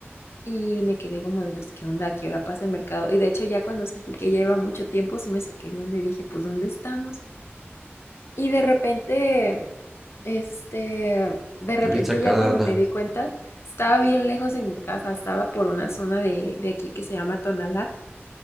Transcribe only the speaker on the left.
Y me quedé como de, pues, ¿qué onda? ¿A qué hora pasa el mercado? Y de hecho ya cuando sentí que ya iba mucho tiempo, sí me saqué de donde y dije, pues, ¿dónde estamos? Y de repente, este, de repente
ya cuando
me di cuenta, estaba bien lejos de mi casa, estaba por una zona de, de aquí que se llama Tonalá